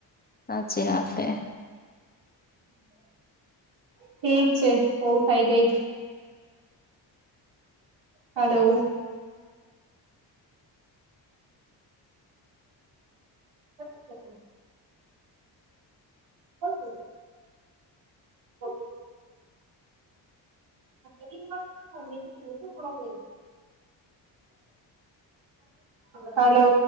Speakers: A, on the left (about 20°); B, on the right (about 75°).
A: સાચી વાત હે
B: ઠીક છે કોલ થઇ ગઈ હલો <inaudible> <inaudible> ઓકે <unintelligible> હલો